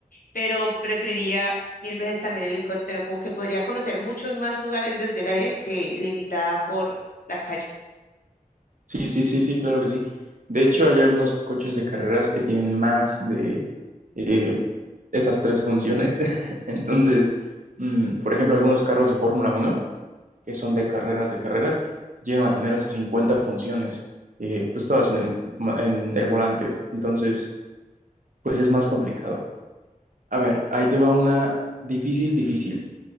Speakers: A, on the left; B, on the right.
A: Pero preferiría mil veces también el helicóptero, como que podría conocer muchos más lugares desde el aire que limitada por la calle.
B: Sí, sí, sí, sí, claro que sí. De hecho, hay algunos coches de carreras que tienen más de eh, esas tres funciones. <laughs> Entonces, mm, por ejemplo, algunos carros de Fórmula uno que son de carreras de carreras, llegan a tener hasta 50 funciones, eh, pues todas en el, ma- en el volante. Entonces, pues es más complicado. A ver, ahí te va una difícil, difícil.